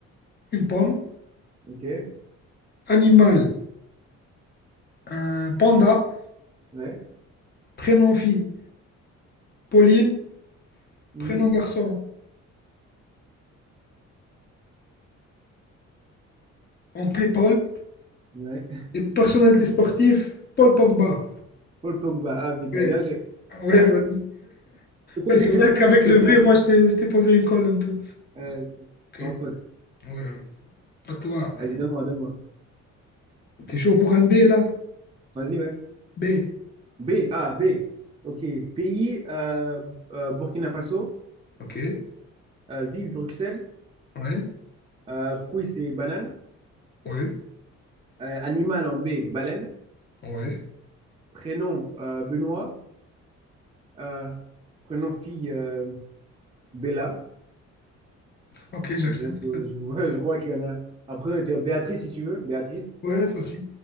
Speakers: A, on the left; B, on the right.
A: une pomme,
B: ok,
A: animal, un panda,
B: ouais.
A: prénom fille, Pauline,
B: Mhm.
A: prénom garçon, en P, Paul,
B: Ouais.
A: et personnalité sportive, Paul Pogba.
B: <laughs> Paul Pogba, ah putain,
A: Ouais,
B: bien joué.
A: ouais, ouais.
B: C'était
A: Ouais,
B: dit
A: c'est
B: que
A: vrai
B: c'était
A: qu'avec
B: des P,
A: le V,
B: t'as-
A: moi, je t'ai je t'ai posé une colle un peu.
B: euh, c'est-
A: Ok,
B: sans faute.
A: ouais, ouais. à toi.
B: Vas-y, donne-moi, donne-moi.
A: T'es chaud pour un B, là?
B: Vas-y, ouais.
A: B,
B: B, A, B. Ok, pays, euh, euh, Burkina Faso,
A: ok,
B: Euh, ville, Bruxelles,
A: ouais,
B: Euh, fruits, c'est banane,
A: ouais,
B: Euh, animal en B, baleine.
A: ouais.
B: prénom euh, Benoît, euh, prénom fille euh, Bella.
A: Ok, j'accepte.
B: Donc, euh, je, <laughs> ouais, je crois qu'il y en a. Après, tu as Béatrice si tu veux. Béatrice,
A: Ouais, toi aussi.